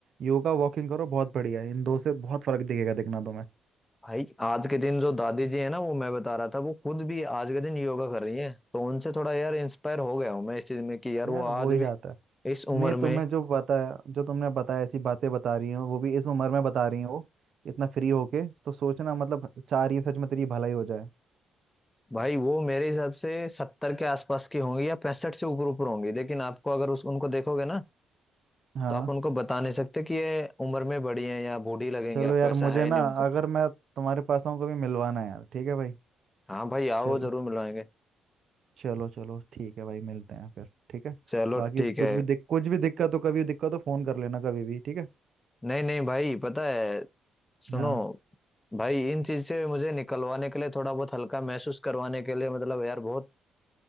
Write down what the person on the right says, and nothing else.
योगा वॉकिंग करो बहुत बढ़िया है इन दो से बहुत फर्क दिखेगा दिखना तुम्हें
यार
हो ही
जाता है
नहीं तुम्हें
जो पता है जो तुमने बताया ऐसी बातें बता रही हो वो भी इस उम्र में बता रही हो इतना फ्री होके तो सोचना मतलब चाह रही है सच में तेरी भलाई हो जाए
हाँ
चलो
यार
मुझे
ना
अगर मैं तुम्हारे पास आऊँ कभी मिलवाना है यार ठीक है भाई
चलो
चलो चलो ठीक है भाई मिलते हैं फिर ठीक है
बाकी
कुछ
भी दिक कुछ भी दिक्कत हो कभी दिक्कत हो फोन कर लेना कभी भी ठीक है
हाँ